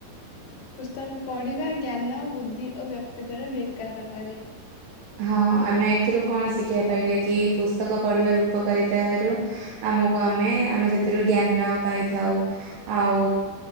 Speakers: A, on the left (about 80°); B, on the right (about 75°).
A: ପୁସ୍ତକ ପଢିବା ଜ୍ଞାନ ବୁଦ୍ଧି ଓ ବ୍ୟକ୍ତିତ୍ୟର ବିକାଶ କରେ।
B: ହଁ ଆମେ ଏଥିରୁ କଣ ଶିଖିବା ପାଇଲେ କି ପୁସ୍ତକ ପଢିବାର ଉପକାରିତାରୁ ଆମକୁ ଆମେ ଆମେ ସେଥିରୁ ଜ୍ଞାନ ପାଇଥାଉ ଆଉ